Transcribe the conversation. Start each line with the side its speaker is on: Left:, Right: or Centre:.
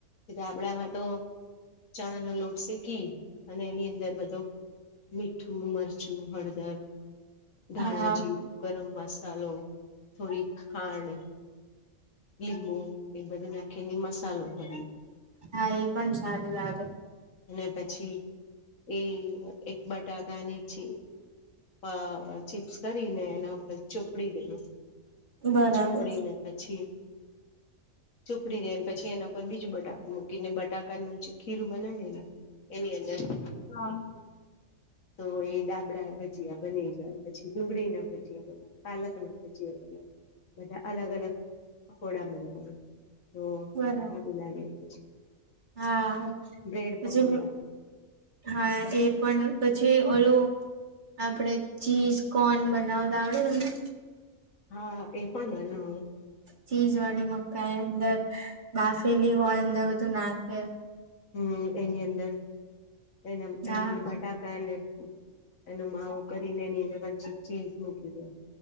Left: દાબડામાં તો ચણા નો લોડ શેકી અને એની અંદર બધો મીઠું મરચું હળદર ધાણાજીરું
Right: હા
Left: ગરમ મસાલો થોડી ખાંડ. લીંબુ એ બધું નાખીને મસાલો ભરી
Right: હા એ પણ સારું લાગે.
Left: અને પછી એ એક બટાકા નીચી આ ચીપ્સ કરીને એના ઉપર ચોપડી દઈએ.
Right: બરાબર
Left: ચૂપડી ને પછી ચુંપડી રેલ પછી એના ઉપર બીજું બટાકું મૂકીને બટાકાનું જે ખીરું બનાવે એને એની અંદર હા. તો એ ડાબડા ભજીયા બની જાય પછી ડુંગળી ના ભજીયા બન્યા પાલક ના ભજીયા બન્યા. બધા અલગ અલગ પકોડા બનાવે તો
Right: બરાબર
Left: સારું લાગે પછી.
Right: હા
Left: બ્રેડ
Right: પછી
Left: પકોડા
Right: હા એ પણ પછી ઓલું આપડે ચીઝ કોન બનાવતા આવડે તમને.
Left: હા એ પણ બનાવું.
Right: ચીજ વાળી મકાઈ અંદર બાફેલી હોય અંદર બધું નાખે.
Left: હમ એની અંદર એના
Right: હા
Left: એની અંદર બટાકા ને એ માવું કરી ને એની અંદર ચી ચીઝ મૂકી દઉં.